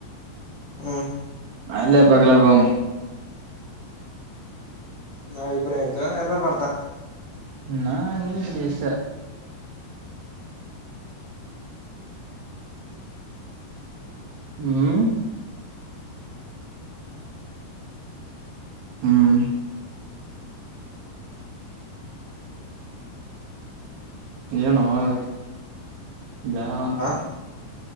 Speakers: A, on the left (about 60°); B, on the right (about 65°).
A: ಹ್ಮ್
B: ಅಲ್ಲ ಪಗ್ಲ ಗಮ
A: ನಾವ ಇಬ್ಬ್ರೇ ಇರ್ತೇವಂದ ಎಲ್ಲಾರು ಬರ್ತಾರ
B: ನಾ- ನೀ <inaudible> ವಸ ಹ್ಮ್ ಹ್ಮ್ ಏನು- ಬಾ -ಅಂತ
A: ಹ